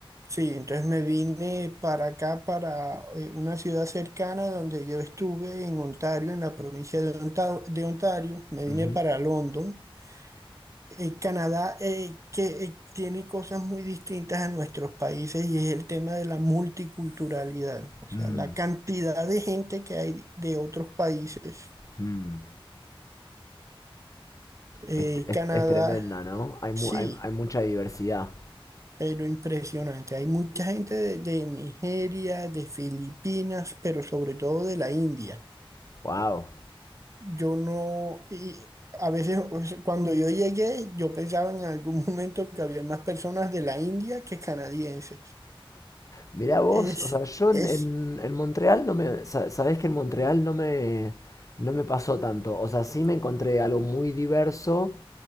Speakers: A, on the right; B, on the left.
A: sí, entonces me vine para acá, para eh, una ciudad cercana donde yo estuve en Ontario, en la provincia de Ontario, de Ontario. Me vine
B: Ujú.
A: para London. Eh, Canadá eh, que eh, tiene cosas muy distintas a nuestros países y es el tema de la multiculturalidad, o sea,
B: Mm,
A: la cantidad de gente que hay de otros países.
B: mm.
A: Eh,
B: Es, es-
A: Canadá,
B: es tremenda, ¿no? Hay, mu-
A: sí.
B: hay, hay mucha diversidad.
A: Pero impresionante. Hay mucha gente de, de Nigeria, de Filipinas, pero sobre todo de la India.
B: Wow.
A: Yo no, y a veces o sea, cuando yo llegué, yo pensaba en algún <laughs> momento que había más personas de la India que canadienses.
B: Mirá vos,
A: Es,
B: o sea, yo en,
A: es,
B: en- en Montreal no me... sa- Sabés que en Montreal no me, no me pasó tanto. O sea, sí me encontré algo muy diverso,